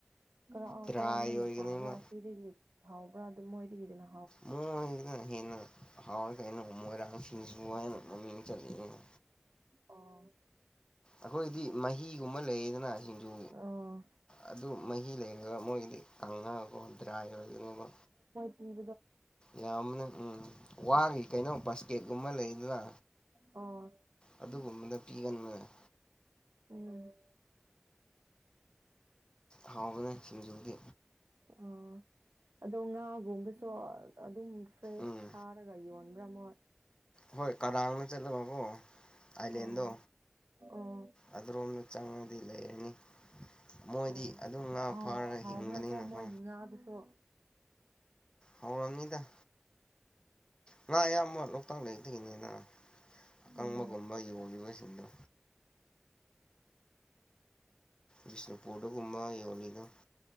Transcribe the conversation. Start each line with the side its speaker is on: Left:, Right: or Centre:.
Right: ꯀꯔꯥꯝ
Left: ꯗ꯭ꯔꯥꯏ
Right: ꯀꯔꯥꯝꯕꯅ
Left: ꯑꯣꯏꯒꯅꯦꯕ
Right: ꯐꯥꯕ꯭ꯔꯥ ꯁꯤꯗꯒꯤ ꯍꯥꯎꯕ꯭ꯔꯥ ꯑꯗꯨꯝ ꯃꯣꯏꯗꯒꯤꯗꯨꯅ
Left: ꯃꯣꯏꯖꯤꯅ ꯍꯦꯟꯅ ꯍꯥꯎꯋꯦ ꯀꯩꯅꯣ ꯃꯣꯏꯔꯥꯡ ꯁꯤꯡꯖꯨ ꯍꯥꯏꯅ ꯃꯃꯤꯡ ꯆꯠꯂꯤꯅꯦ
Right: ꯑꯣ
Left: ꯑꯈꯣꯏꯗꯤ ꯃꯍꯤꯒꯨꯝꯕ ꯂꯩꯌꯦꯗꯅ ꯁꯤꯡꯖꯨ
Right: ꯑꯥ
Left: ꯑꯗꯨ ꯃꯍꯤ ꯂꯩꯔꯒ ꯃꯣꯏꯗꯤ ꯀꯪꯉꯥꯒꯀꯣ ꯗ꯭ꯔꯥꯏꯒ ꯂꯩꯒꯅꯤꯕ
Right: ꯏꯕꯗꯣ
Left: ꯌꯥꯝꯕꯅꯦ ꯎꯝ ꯋꯥꯒꯤ ꯀꯩꯅꯣ ꯕꯁ ꯀꯦꯛꯒꯨꯝꯕ ꯂꯩꯗꯅ
Right: ꯑꯣ
Left: ꯑꯗꯨꯒꯨꯝꯕꯗ
Right: ꯎꯝ
Left: ꯄꯤꯒꯟꯕꯅꯦ
Right: ꯎꯝ
Left: ꯍꯥꯎꯕꯅꯦ ꯁꯤꯡꯖꯨꯗꯤ
Right: ꯑꯣ ꯑꯗꯣ ꯉꯥ ꯒꯨꯝꯕꯁꯨ ꯑꯗꯨꯝ ꯐ꯭ꯔꯦꯁ
Left: ꯎꯝ
Right: ꯐꯥꯔꯒ ꯌꯣꯟꯕ꯭ꯔꯥ ꯃꯣꯏ
Left: ꯍꯣꯏ ꯀꯔꯥꯡꯗ ꯆꯠꯂꯒꯀꯣ ꯑꯥꯏꯂꯦꯟꯗꯣ
Right: ꯑꯣ ꯑꯣ
Left: ꯑꯗꯨꯔꯣꯝꯗ ꯆꯪꯉꯗꯤ ꯂꯩꯔꯅꯤ ꯃꯣꯏꯗꯤ
Right: ꯑꯣ
Left: ꯑꯗꯨꯝ ꯉꯥ
Right: ꯍꯥꯎ
Left: ꯐꯥꯔꯒ
Right: ꯍꯥꯎꯕ꯭ꯔꯥꯀꯣ
Left: ꯍꯤꯡꯕꯅꯤꯅꯀꯣ
Right: ꯃꯣꯏꯒꯤ ꯉꯥꯗꯨꯁꯨ
Left: ꯍꯧꯔꯝꯅꯤꯗ ꯉꯥ ꯑꯌꯥꯝꯕ ꯂꯣꯛꯇꯥꯛ ꯂꯦꯛꯇꯒꯤꯅꯤꯗ ꯑꯀꯪꯕꯒꯨꯝꯕ
Right: ꯎꯝ
Left: ꯌꯣꯜꯂꯤꯕꯁꯤꯡꯗꯣ ꯕꯤꯁꯅꯨꯄꯨꯔꯗꯒꯨꯝꯕ ꯌꯣꯜꯂꯤꯗꯣ